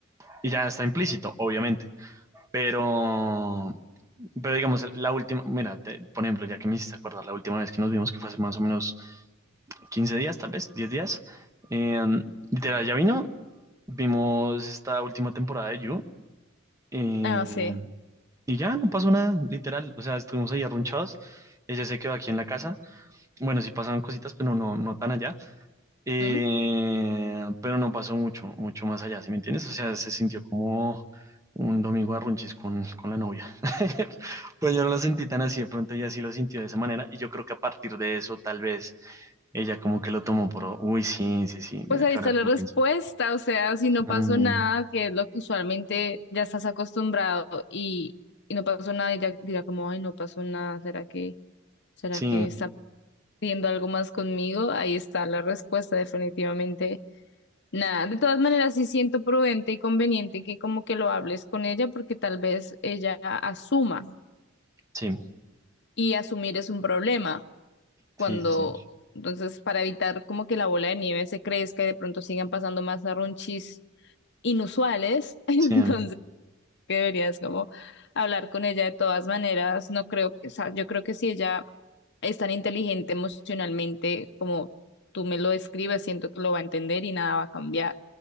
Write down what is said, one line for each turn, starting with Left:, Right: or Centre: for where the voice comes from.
Right: Y ya está implícito, obviamente. Pero, pero digamos, la última, mira, te- por ejemplo, ya que me hiciste acordar la última vez que nos vimos, que fue hace más o menos 15 días, tal vez, 10 días, eh, literal, ya vino, vimos esta última temporada de You, eh,
Left: Ah, sí.
Right: y ya no pasó nada, literal, o sea, estuvimos ahí arrunchados, ella se quedó aquí en la casa, bueno, sí pasaban cositas, pero no, no tan allá, eh,
Left: ¿Mm?
Right: pero no pasó mucho, mucho más allá, ¿sí me entiendes? O sea, se sintió como un domingo de runches con, con la novia. <laughs> Pues yo no lo sentí tan así, de pronto ella sí lo sintió de esa manera y yo creo que a partir de eso tal vez ella como que lo tomó por, uy, sí, sí, sí,
Left: Pues
Right: mira
Left: ahí
Right: que
Left: está
Right: ahora
Left: la
Right: que
Left: respuesta,
Right: lo pienso.
Left: o sea, si no
Right: Mm,
Left: pasó nada, que es lo que usualmente ya estás acostumbrado y, y no pasó nada y ya dirá como, ay, no pasó nada, ¿será que, será
Right: sí,
Left: que está viendo algo más conmigo, ahí está la respuesta, definitivamente. Nada, de todas maneras sí siento prudente y conveniente que como que lo hables con ella porque tal vez ella asuma
Right: sí,
Left: y asumir es un problema cuando,
Right: sí, sí, sí,
Left: entonces para evitar como que la bola de nieve se crezca y de pronto sigan pasando más arrunchis inusuales, <laughs> entonces
Right: sí.
Left: que deberías como hablar con ella de todas maneras. No creo que, o sea, yo creo que si ella es tan inteligente emocionalmente como tú me lo describes, siento que lo va a entender y nada va a cambiar.